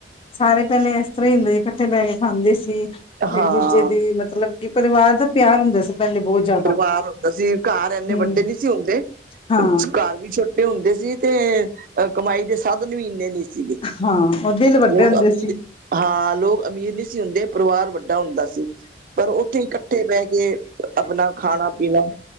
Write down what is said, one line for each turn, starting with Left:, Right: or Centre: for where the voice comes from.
Left: ਸਾਰੇ, ਪਹਿਲੇ ਇਸ ਤਰ੍ਹਾਂ ਹੀ ਹੁੰਦੇ ਸੀ, ਇਕੱਠੇ ਬਹਿ ਕੇ ਖਾਂਦੇ ਸੀ। ਇੱਕ
Right: ਹਾਂ
Left: ਦੂਜੇ ਦੀ ਮਤਲਬ ਕਿ, ਪਰਿਵਾਰ ਦਾ ਪਿਆਰ ਹੁੰਦਾ ਸੀ,, ਪਹਿਲੇ ਬਹੁਤ ਜ਼ਿਆਦਾ
Right: ਪਰਿਵਾਰ ਹੁੰਦਾ ਸੀ, ਘਰ ਇੰਨੇ
Left: ਹਮ
Right: ਵੱਡੇ ਨਹੀਂ ਸੀ ਹੁੰਦੇ,
Left: ਹਾਂ
Right: ਘਰ ਵੀ ਛੋਟੇ ਤੇ ਹੁੰਦੇ ਸੀ ਤੇ, ਅ ਕਮਾਈ ਦੇ ਸਾਧਨ ਵੀ ਇੰਨੇ ਨਹੀਂ ਸੀ।
Left: ਹਾਂ ਉਹ ਦਿਲ ਵੱਡੇ
Right: ਲੋਕ
Left: ਹੁੰਦੇ
Right: ਅਮੀਰ,
Left: ਸੀ
Right: ਹਾਂ ਲੋਕ ਅਮੀਰ ਨਹੀਂ ਸੀ। ਹੁੰਦੇ ਪਰਿਵਾਰ, ਵੱਡਾ ਹੁੰਦਾ ਸੀ। ਪਰ ਉੱਥੇ ਇਕੱਠੇ ਬਹਿ ਕੇ ਆਪਣਾ, ਖਾਣਾ ਪੀਣਾ